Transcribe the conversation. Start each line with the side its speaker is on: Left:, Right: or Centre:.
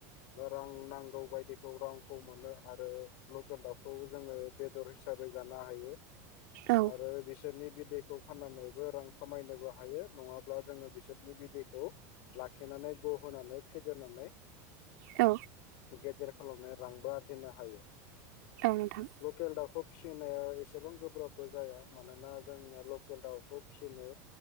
Left: रां नांगौ बायदिखौ रांखौ मोनो आरो लकेल दाउखौ जोङो बेदर हिसाब साबै जानो हायो।
Right: औ
Left: आरो बिसोरनि बिदैखौ फाननानैबो रां खामायनोबो हायो नङाब्ला जोङो बिस सोरनि बिदैखौ लाखिनानै ग'होनानै फेदेरनानै
Right: औ
Left: गेदेर खालामनाया रांबो आरजिनो हायो
Right: नोंथां
Left: लकेल दाउखौ फिस फिनाया एसेबां गोब्राबबो जाया मानोना जोंना लकेल दाउखौ फिनो